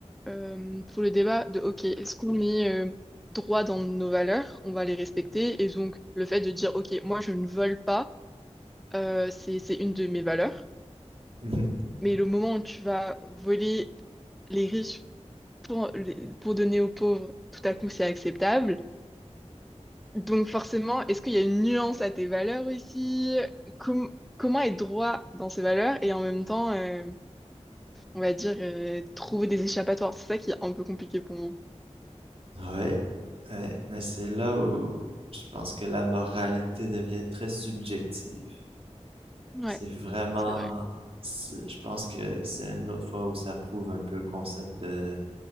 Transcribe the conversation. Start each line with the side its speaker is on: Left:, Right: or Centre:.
Centre: euh, tout le débat de OK, est-ce qu'on est euh, droit dans nos valeurs? On va les respecter. Et donc, le fait de dire OK, moi je ne vole pas, euh, c'est c'est une de mes valeurs.
Right: <laughs>
Centre: Mais le moment où tu vas voler les riches pour, les- pour donner aux pauvres, tout à coup, c'est acceptable. Donc forcément, est-ce qu'il y a une nuance à tes valeurs aussi? Com- comment être droit dans ses valeurs et en même temps, euh, on va dire, euh, trouver des échappatoires? C'est ça qui est un peu compliqué pour moi.
Right: Ouais, ouais, mais c'est là où je pense que la moralité devient très subjective.
Centre: Ouais,
Right: c'est vraiment,
Centre: c'est vrai.
Right: C'est, je pense que c'est une autre fois où ça prouve un peu le concept de,